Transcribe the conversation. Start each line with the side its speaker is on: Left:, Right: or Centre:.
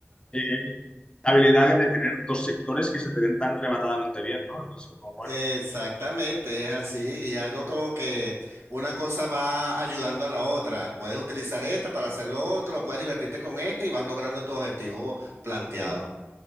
Left: Eh, la habilidad de tener dos sectores que se te den tan rematadamente bien, ¿no? Es como, bueno,
Right: Exactamente, es así. Y algo como que una cosa va ayudando a la otra. Puedes utilizar esta para hacer lo otro, puedes divertirte con esta y vas logrando tu objetivo planteado.
Left: total,